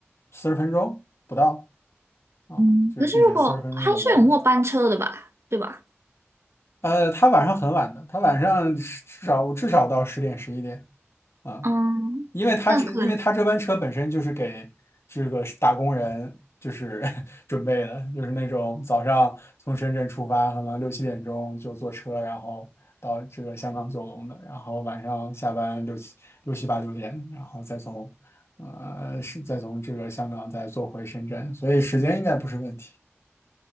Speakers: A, on the left; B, on the right.
A: 四十分钟不到啊，
B: 嗯，
A: 就是地铁四十分钟就能到。
B: 可是如果还是有末班车的吧，对吧？
A: 呃，它晚上很晚的，它晚上至少至少到十点十一点啊。
B: 嗯，
A: 因为他这，
B: 那可能，
A: 因为他这班车本身就是给这个打工人就是 <laughs> 准备的，就是那种早上从深圳出发，可能六七点钟就坐车，然后到这个香港九龙的，然后晚上下班六七六七八九点，然后再从呃是再从这个香港再坐回深圳，所以时间应该不是问题。